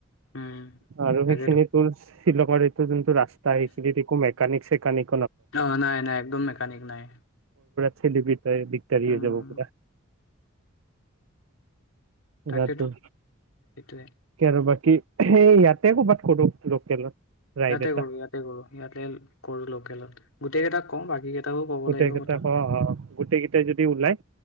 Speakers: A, on the left (about 75°); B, on the right (about 70°).
A: উম,
B: আৰু
A: তাকেতো
B: সেইখিনিৰ ছিলং ৰ এই টো যোন ৰাস্ত আহিছিলে মে কনিক কনিক
A: অ নাই নাই একদম মেকানিক নাই
B: চিলি পিঠ তয়ে
A: উম,
B: যাব পোৱা
A: তাকেতো
B: ৰাটো
A: সেইটোৱে
B: ক বাকী কি স ইয়াতে ক'ৰবাত কৰো লোকেলত ৰাইড
A: ইয়াতে
B: এটা
A: কৰো ইয়াতে কৰো ইয়াতে কৰো লোকেলত গোটেই কেইটাক কওঁ বাকী কেইটাকো ক'ব
B: গোটেই
A: লাগিব
B: কেইটা
A: কথাটো
B: ক অ গোটেই কেইটাই যদি ওলাই